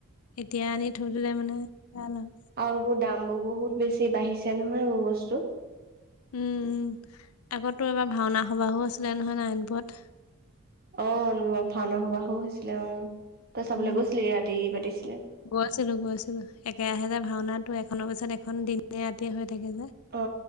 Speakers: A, on the left; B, on the right.
A: এতিয়া আনি থৈ দিলে মানে ভাল আৰু
B: আও এইবোৰ দাম বহুত বেছি বাঢ়িছে নহয় এইবোৰ বস্তু
A: উম উম আগতো এবাৰ ভাওনা সবাহো আছিলে নহয় নাৰায়ণপুৰত
B: অ ভাওনা সবাহো হৈছিলে অ তই চাবলৈ
A: উম।
B: গৈছিলি ৰাতি পাতিছিলে
A: গৈছিলো গৈছিলো একে ৰাহে যে ভাওনাটো এখনৰ পিছত এখন দিনে ৰাতিয়ে হৈ থাকে যে
B: অ